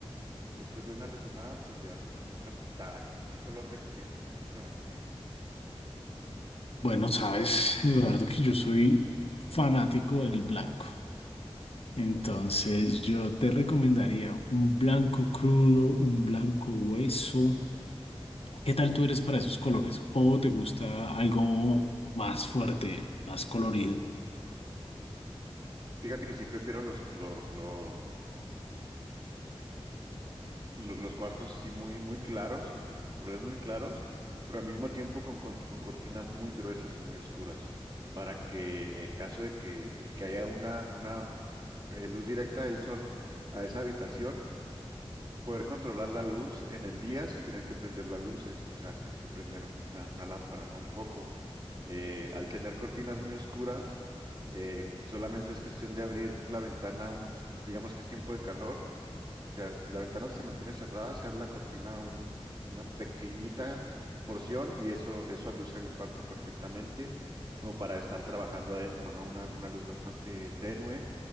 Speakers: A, on the right (about 45°); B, on the left (about 70°).
A: Después de una rezanada, pues ya una, una pintada. ¿Qué, qué color recomiendas? ¿Qué pintura recomiendas?
B: Bueno, sabes, Eduardo, que yo soy fanático del blanco. Entonces, yo te recomendaría un blanco crudo, un blanco hueso. ¿Qué tal tú eres para esos colores? ¿O te gusta algo más fuerte, más colorido?
A: Fíjate que sí prefiero los, lo, lo, lo- los cuartos así muy, muy claros, con colores muy claros, pero al mismo tiempo con, con- con cortinas muy gruesas y muy oscuras, para que en caso de que, que haya una, una eh, luz directa del sol a esa habitación, poder controlar la luz en el día sin tener que prender las luces, o sea, sin tener que prender un- una, una lámpara, no un foco. Eh, al tener cortinas muy oscuras, eh, solamente es cuestión de abrir la ventana un, digamos que es tiempo de calor o sea, la ventana se mantiene cerrada, se abre la cortina un- una pequeñita porción y eso, eso aluza el cuarto perfectamente, como para estar trabajando adentro, ¿no? Una, una luz bastante tenue.